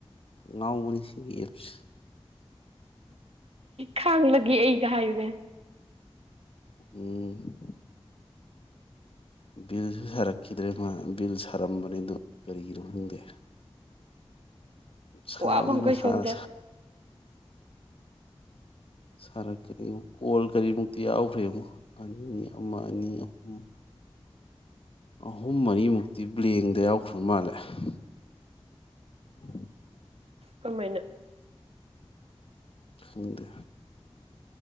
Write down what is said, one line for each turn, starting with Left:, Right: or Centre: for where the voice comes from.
Left: ꯉꯥꯎꯕꯅꯤ ꯁꯤꯒꯤ ꯑꯦꯞꯁꯦ
Right: ꯈꯥꯡꯂꯒꯦ ꯑꯩ ꯍꯥꯏꯌꯨꯅꯦ
Left: ꯎꯝ ꯕꯤꯜꯁꯨ ꯁꯥꯔꯛꯈꯤꯗ꯭ꯔꯦ ꯃꯥ ꯕꯤꯜ ꯁꯥꯔꯝꯕꯅꯤ ꯑꯗꯨ ꯀꯔꯤꯒꯤꯅꯣ ꯈꯪꯗꯦ ꯁꯥꯕꯗꯤ
Right: ꯋꯥꯕꯃꯈꯩ
Left: ꯃꯁꯥꯅ
Right: ꯁꯣꯝꯗ
Left: ꯁꯥꯔꯛꯀꯅꯤ ꯀꯣꯜ ꯀꯔꯤꯃꯨꯛꯇꯤ ꯌꯥꯎꯈ꯭ꯔꯦꯕꯣ ꯑꯅꯤ ꯑꯃ ꯑꯅꯤ ꯑꯍꯨꯝ ꯑꯍꯨꯝ ꯃꯔꯤꯃꯨꯛꯇꯤ ꯕ꯭ꯂꯦꯡꯗ ꯌꯥꯎꯈ꯭ꯔ ꯃꯥꯜꯂꯦ <unintelligible>
Right: ꯀꯃꯥꯏꯅ
Left: ꯈꯪꯗꯦ